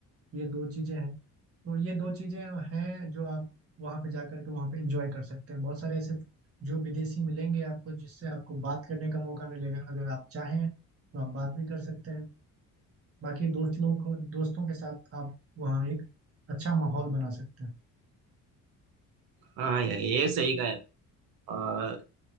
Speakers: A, on the right; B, on the right.
A: ये दो चीज़ें हैं तो ये दो चीज़ें हैं जो आप वहाँ पे जा करके वहाँ पे एंजॉय कर सकते हैं बहुत सारे ऐसे जो विदेशी मिलेंगे आपको जिससे आपको बात करने का मौका मिलेगा अगर आप चाहें तो आप बात भी कर सकते हैं बाकी दोस्त लोग को दोस्तों के साथ आप वहाँ एक अच्छा माहौल बना सकते हैं
B: हाँ यार ये सही कहा है और